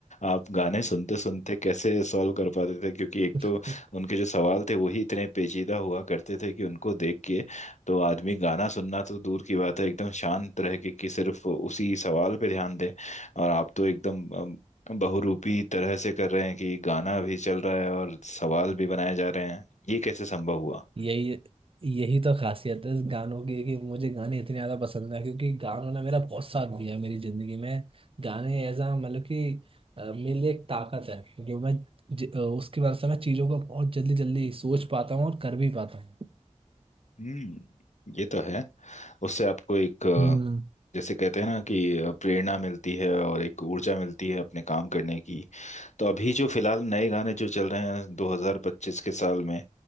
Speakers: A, on the left (about 70°); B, on the right (about 50°).
A: आप गाने सुनते सुनते कैसे सॉल्व कर पाते थे क्योंकि एक
B: हम्म
A: तो उनके जो सवाल थे वही इतने पेचीदा हुआ करते थे कि उनको देख के तो आदमी गाना सुनना तो दूर की बात है एकदम शांत रह के कि सिर्फ उसी सवाल पे ध्यान दे और आप तो एकदम अम, बहुरूपी तरह से कर रहे हैं कि गाना भी चल रहा है और सवाल भी बनाए जा रहे हैं ये कैसे संभव हुआ
B: <laughs> यही यही तो खासियत है इस गानों की कि मुझे गाने इतने ज़्यादा पसंद है क्योंकि गानों ने मेरा बहुत साथ दिया है मेरी ज़िंदगी में गाने एज अ मतलब कि अ, मेरे लिए एक ताकत है जो मैं ज- अ, उसकी वजह से मैं चीज़ों को बहुत जल्दी जल्दी सोच पाता हूँ और कर भी पाता हूँ
A: हम्म ये तो है उससे आपको एक अ,
B: हम्म
A: जैसे कहते हैं ना कि अ, प्रेरणा मिलती है और एक ऊर्जा मिलती है अपने काम करने की तो अभी जो फिलहाल नए गाने जो चल रहे हैं 2025 के साल में